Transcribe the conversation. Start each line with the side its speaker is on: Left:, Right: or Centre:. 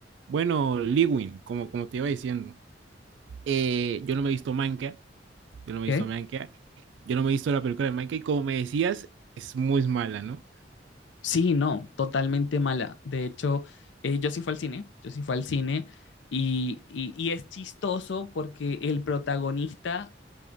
Right: Bueno, Lewin, como, como te iba diciendo, eh, yo no me he visto Manca, yo no me
Left: ¿Qué?
Right: he visto Manca, yo no me he visto la película de Manca y como me decías, es muy mala, ¿no?
Left: Sí, no, totalmente mala. De hecho, eh, yo sí fui al cine, yo sí fui al cine y, y, y es chistoso porque el protagonista